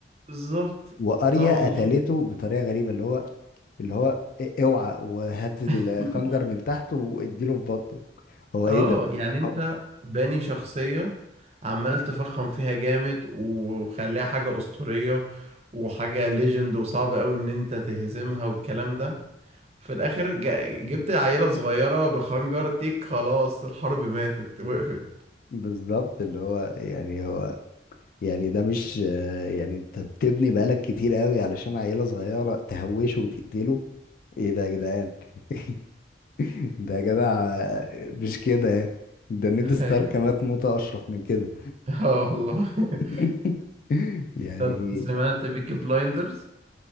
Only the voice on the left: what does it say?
واريا
قتلته بطريقة غريبة اللي هو اللي هو إيه- اوعى وهات الخنجر
من تحت واديله في بطنه هو
ايه ده
<laughs> هو-
بالظبط اللي هو يعني هو يعني ده مش آه، يعني انت بتبني بقالك كتير قوي علشان عيلة صغيرة تهوشه وتقتله ايه ده يا جدعان <laughs> ده يا جدع آه، مش كده يعني. ده نيد ستارك
مات موتة اشرف من كده
<laughs> يعني